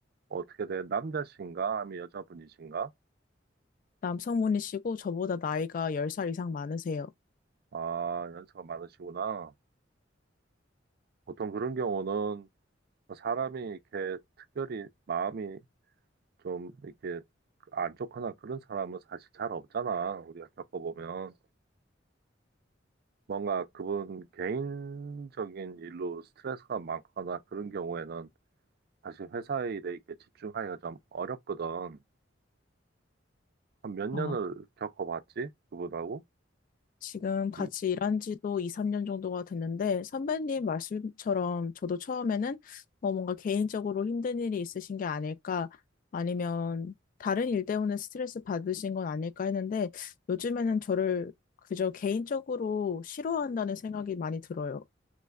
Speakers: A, on the right; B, on the left.
A: 어떻게 돼? 남자신가? 아니면 여자분이신가?
B: 남성분이시고 저보다 나이가 10살 이상 많으세요.
A: 아, 연세가 많으시구나. 보통 그런 경우는 뭐 사람이 이렇게 특별히 마음이 좀 이렇게 안좋거나 그런 사람은 사실 잘 없잖아. 우리가 겪어보면. 뭔가 그분 개인적인 일로 스트레스가 많거나 그런 경우에는 사실 회사 일에 이렇게 집중하기가 좀 어렵거든. 한 몇 년을
B: 아,
A: 겪어봤지? 그분하고?
B: 지금 같이
A: 이,
B: 일한 지도 2, 3년 정도가 됐는데, 선배님 말씀처럼 저도 처음에는 어, 뭔가 개인적으로 힘든 일이 있으신 게 아닐까, 아니면 다른 일 때문에 스트레스 받으신 건 아닐까 했는데, 요즘에는 저를 그저 개인적으로 싫어한다는 생각이 많이 들어요.